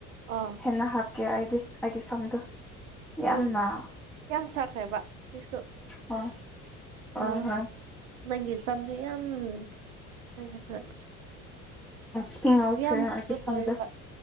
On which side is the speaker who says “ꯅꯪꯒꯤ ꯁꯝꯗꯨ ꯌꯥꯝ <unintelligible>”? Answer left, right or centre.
Right